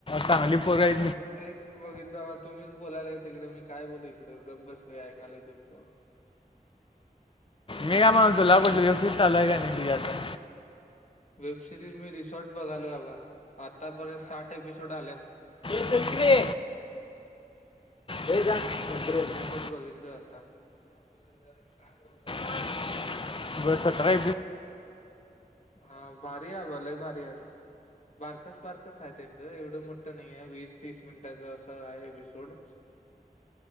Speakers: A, on the left; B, on the left.
A: चांगली पोरयत.
B: अर, तेच बघितलं म, तुम्हीच बोलायला तिकडे मी काय बोलू इकडं. गप बसलोय. ऐकायलो तुमचं.
A: मी काय मनायलो तुला. <unintelligible> चालूय का नाही तुझी आता.
B: वेब सिरीज मी रिसॉर्ट बघालो आबा. आतापर्यंत साठ एपिसोड आल्यात.
A: चल की रे. ये जा <unintelligible>
B: थोड बघितलय आता. <unintelligible>
A: <unintelligible>
B: अ भारीय आबा. लय भारी हाय. बारकस, बारकच हाय त्यांचं. एवढं मोठं नाहीय. वीस- तीस मिनिटाचं असं आहे एपिसोड.